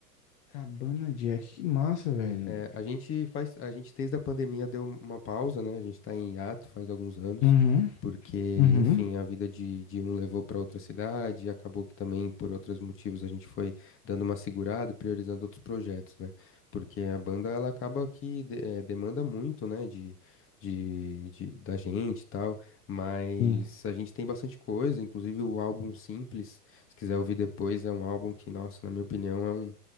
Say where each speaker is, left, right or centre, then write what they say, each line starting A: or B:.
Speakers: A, on the left (about 45°); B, on the left (about 25°).
A: Cabana Jack, que massa, velho.
B: É, a gente faz, a gente desde a pandemia deu uma pausa, né? A gente tá em hiato faz alguns anos,
A: Uhum,
B: porque,
A: uhum.
B: enfim, a vida de, de um levou para outra cidade, e acabou que também por outros motivos a gente foi dando uma segurada e priorizando outros projetos, né? Porque a banda ela acaba que de- eh, demanda muito, né? De, de, de- da gente e tal, mas
A: Sim.
B: a gente tem bastante coisa, inclusive o álbum Simples, se quiser ouvir depois, é um álbum que, nossa, na minha opinião, é um